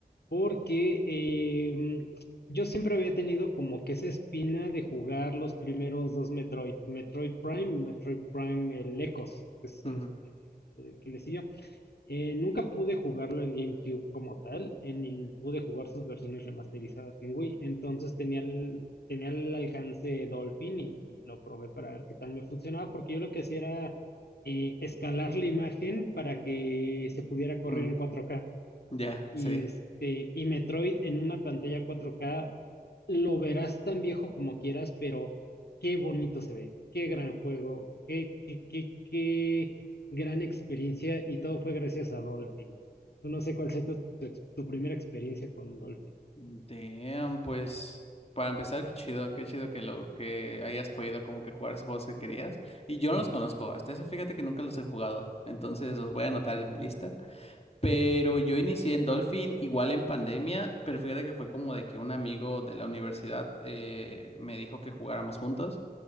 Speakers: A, on the left; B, on the left.
A: porque em, yo siempre había tenido como que esa espina de jugar los primeros dos Metroid, Metroid Prime y Metroid Prime el Echoes, que son
B: Ujú,
A: los eh, que le siguió. Eh, nunca pude jugarlo en GameCube como tal, eh, ni pude jugar sus versiones remasterizadas en Wii. Entonces tenía el, tenía el alcance Dolphin y, y lo probé para ver qué tal me funcionaba, porque yo lo que hacía era eh, escalar la imagen para que se pudiera correr
B: mm,
A: en 4K.
B: Ya,
A: Y
B: sí.
A: este, y Metroid en una pantalla 4K lo verás tan viejo como quieras, pero qué bonito se ve, qué gran juego, qué, qué, qué, qué gran experiencia y todo fue gracias a Dolphin. No sé cuál sea tu, tu ex- tu primera experiencia con Dolphin.
B: Damn, pues para empezar, qué chido, qué chido que lo que hayas podido como que jugar esos juegos que querías. Y yo no
A: Ujú,
B: los conozco, hasta eso fíjate que nunca los he jugado, entonces los voy a anotar en mi lista. Pero yo inicié en Dolphin igual en pandemia, pero fíjate que fue como de que un amigo de la universidad eh, me dijo que jugáramos juntos.